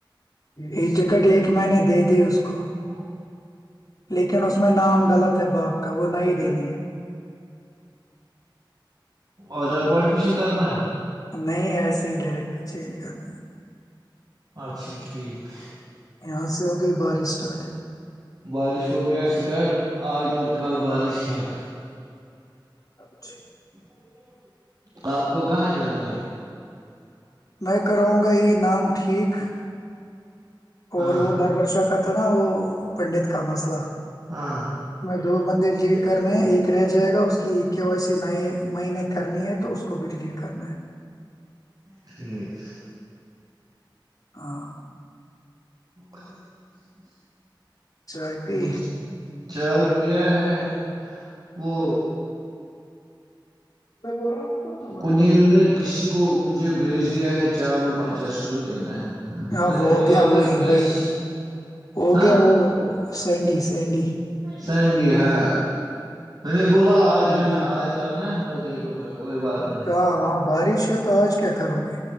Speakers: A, on the left (about 45°); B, on the right (about 50°).
A: یہ چکٹ ایک مہ نے دے دی اس کو
B: وہ
A: لیکن اس میں نام غلط ہے باپ کا وہ نہیں دینی ہے
B: ادر بڈ فیشن کرنا ہے
A: نہیں ایسا سیح ڈائریکٹ چینج کرنا ہے
B: اچھا ٹھیک
A: یہاں سے ہوگئی بارش اسٹارٹ
B: بارش ہو گیا اسٹارٹ آج اور کل بارش ہے <unintelligible>
A: تو
B: آپ کو کہاں جانا ہے
A: میں کراوںں گا یہ نام ٹھیک
B: ہاں
A: اور وہ بھر برشا کا تھا نا وہ پنڈت کاماسلہ
B: ہاں
A: دو بندے ڈیلیڈ کرنے ہیں ایک رہ جائے گا اس کی ایک کیا وجسی نئے مہینے کرنی ہے تو اس کو بھی ڈیلیٹ کرنا ہے
B: ٹھیک
A: ہاں
B: ہ
A: چائے پی
B: مج چاوپیہ ہے وہ
A: میں بول رہا ہوں
B: کنل نے کسی کو مجھے بیچ دیا ہے چاول پنچاس کلو دینا ہے
A: ہاں
B: میں
A: وہ
B: نے
A: ہو
B: بولا
A: گیا
B: پھر
A: وہی
B: پیس
A: بائی ہو
B: ہاں
A: گیا وہ سینڈس ینڈی
B: سینڈ ہا میں بولا آ
A: سندیپ
B: جانا آ جانا میں دے دوں گا کوئی بات نہیں
A: ہاں وہاں بارش ہے تو آج کیا کیا کرو گے